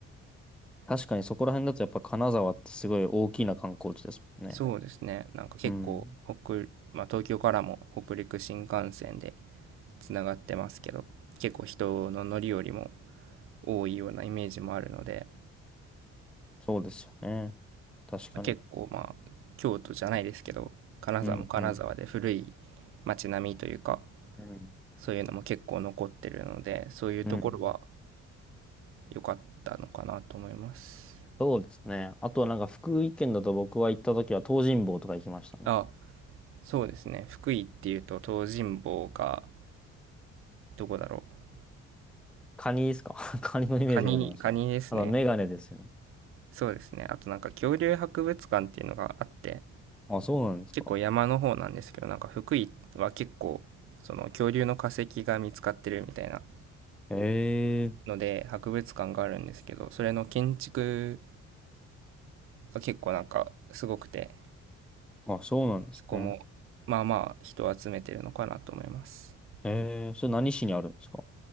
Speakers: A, in the centre; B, on the right (about 45°).
A: 確かにそこら辺だとやっぱ金沢ってすごい大きな観光地ですもんね。
B: そうですね、なんか結構北、
A: うん、
B: まあ、東京からも北陸新幹線でつながってますけど、結構人の乗り降りも多いようなイメージもあるので、
A: そうですよね。確かに。
B: まあ結構まあ京都じゃないですけど金沢も金沢で古い
A: うん、うん。
B: 街並みというか
A: うん
B: そういうのも結構残ってるのでそういうところは
A: うん。
B: 良かったのかなと思います
A: そうですね。あとはなんか福井県だと僕は行った時は東尋坊とか行きましたね。
B: あそうですね福井っていうと東尋坊がどこだろう
A: カニですか <laughs> カニのイメージがあります。
B: カニカニですね
A: あとはメガネですよね。
B: そうですねあとなんか恐竜博物館っていうのがあって
A: あ、そうなんですか。
B: 結構山の方なんですけどなんか福井は結構その恐竜の化石が見つかってるみたいな
A: へえ
B: ので博物館があるんですけど、それの建築が結構なんかすごくて、
A: ー。あ、そうなんですね。
B: そこもまあまあ人を集めてるのかなと思います。
A: へえー。それ何市にあるんですか